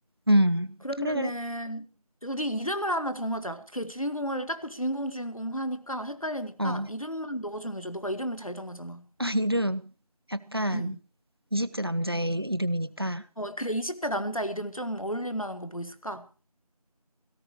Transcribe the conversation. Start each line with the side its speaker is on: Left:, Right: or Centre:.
Right: 응.
Left: 그러면은,
Right: 그래, 그래.
Left: 우리 이름을 하나 정하자. 걔 주인공을 자꾸 주인공 주인공 하니까 헷갈리니까
Right: 어, 어.
Left: 이름만 너가 정해줘. 너가 이름을 잘 정하잖아.
Right: <laughs> 이름. 약간
Left: 응.
Right: 20대 남자의 이- 이름이니까.
Left: 어, 그래, 20대 남자 이름 좀 어울릴 만한 거 뭐 있을까?